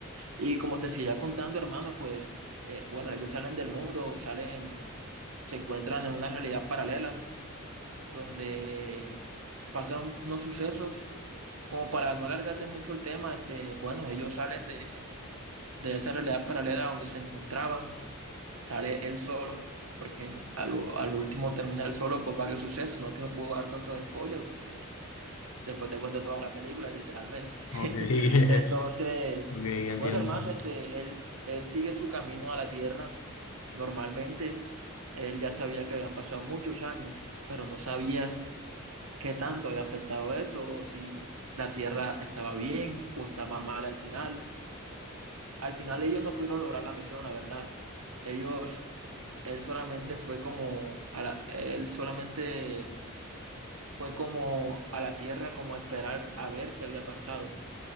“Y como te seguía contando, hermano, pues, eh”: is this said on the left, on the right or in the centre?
Right